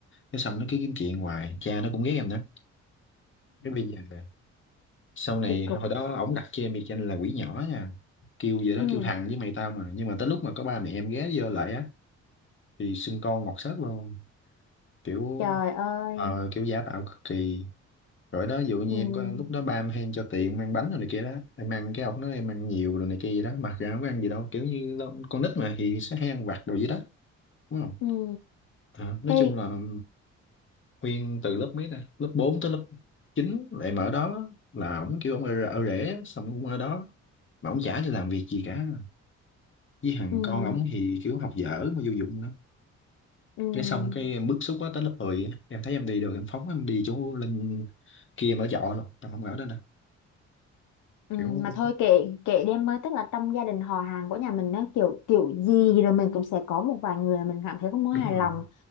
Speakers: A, on the left; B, on the left.
A: cái xong nó cứ kiếm chuyện hoài cha nó cũng ghét em nữa cái bây giờ là- sau này
B: kỳ cục
A: hồi đó ổng đặt cho em biệt danh là quỷ nhỏ nha kêu vậy đó
B: ừ
A: kêu thằng với mày tao mà nhưng mà tới lúc mà có ba mẹ em ghé vô lại á thì xưng con ngọt sớt luôn kiểu
B: trời ơi
A: ờ, kiểu giả tạo cực kỳ rồi đó ví dụ như
B: ừ
A: em có lúc đó ba em hay cho tiền mang bánh rồi này kia đó em ăn cái ông nói em ăn nhiều rồi này kia gì đó mặc ra không có ăn gì đâu kiểu như lo- con nít mà thì sẽ hay ăn vặt đồ gì đó đúng không
B: ừ
A: Ờ, nói
B: cái
A: chung là Nguyên từ lớp mấy ta lớp 4 tới lớp 9 lại mở đó là ổng kêu ổng ở, ở rể xong cũng ở đó mà ổng chả cho làm việc gì cả với thằng
B: ừ
A: con ổng thì kiểu học dở mà vô dụng đó
B: ừ
A: cái xong cái em bức xúc quá tới lớp 10 á, em thấy em đi được em phóng em đi chỗ lên kia em ở trọ luôn em không ở đó nè
B: ừ
A: kiểu
B: mà
A: cũng
B: thôi kệ kệ đi em tức là trong gia đình họ hàng của nhà mình nó kiểu kiểu gì rồi mình cũng sẽ có một vài người mình cảm thấy không có
A: đúng
B: hài
A: rồi
B: lòng